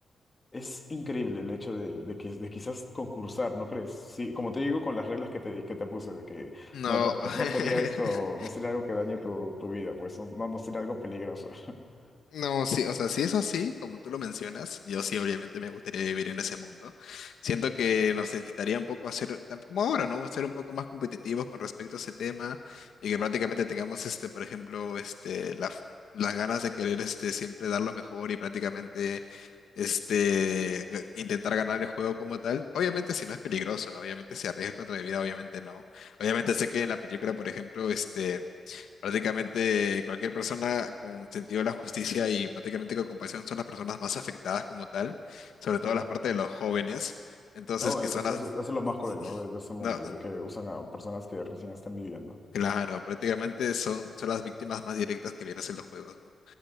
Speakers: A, on the left (about 20°); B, on the left (about 75°).
A: es increíble el hecho de, de que, de quizás concursar, ¿no crees? Sí, como te digo, con las reglas que te, que te puse, de que
B: no.
A: no, te-
B: <laughs>
A: no sería esto, no sería algo que dañe tu, tu vida, pues no, no no sería algo peligroso. <laughs>
B: No, sí, o sea, si es así, como tú lo mencionas, yo sí obviamente me gustaría vivir en ese mundo. Siento que nos necesitaría un poco hacer, tan como ahora, ¿no? Ser un poco más competitivos con respecto a ese tema y que prácticamente tengamos, este, por ejemplo, este, la f- las ganas de querer, este, siempre dar lo mejor y prácticamente, este, g- intentar ganar el juego como tal. Obviamente si no es peligroso, ¿no? Obviamente si arriesgas contra mi vida, obviamente no. Obviamente sé que en la película, por ejemplo, este Prácticamente cualquier persona con sentido de la justicia y prácticamente con compasión son las personas más afectadas como tal, sobre
A: Sí.
B: todo las partes de los jóvenes, entonces
A: No,
B: que
A: es-
B: son las...
A: es- eso es lo más cruel,
B: <laughs>
A: ¿no? De, de ese mundo,
B: No,
A: de que usan a personas que recién están viviendo.
B: claro, prácticamente son, son las víctimas más directas que vienes en los juegos, ¿no?